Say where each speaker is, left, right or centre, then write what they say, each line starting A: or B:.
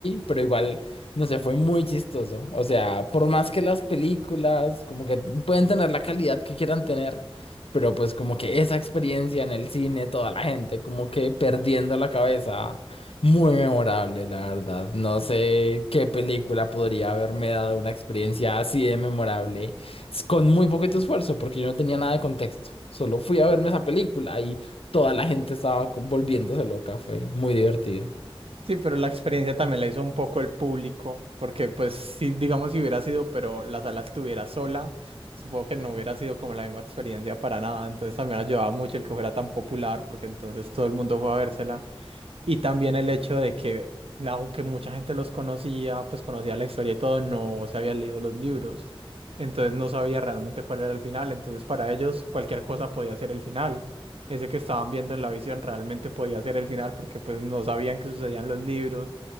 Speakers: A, on the left; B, on the right.
A: pero igual, no sé, fue muy chistoso. O sea, por más que las películas como que pueden tener la calidad que quieran tener, pero pues como que esa experiencia en el cine, toda la gente como que perdiendo la cabeza, muy memorable, la verdad. No sé qué película podría haberme dado una experiencia así de memorable, s- con muy poquito esfuerzo, porque yo no tenía nada de contexto. Solo fui a verme esa película y toda la gente estaba co- volviéndose loca, fue muy divertido.
B: Sí, pero la experiencia también la hizo un poco el público, porque pues sí, digamos, si hubiera sido, pero la sala estuviera sola, supongo que no hubiera sido como la misma experiencia para nada, entonces también ayudaba mucho el que fuera tan popular, porque entonces todo el mundo fue a vérsela. Y también el hecho de que, aunque mucha gente los conocía, pues conocía la historia y todo, no se había leído los libros. Entonces no sabía realmente cuál era el final. Entonces para ellos cualquier cosa podía ser el final. Ese que estaban viendo en la visión realmente podía ser el final porque pues no sabían qué sucedían los libros,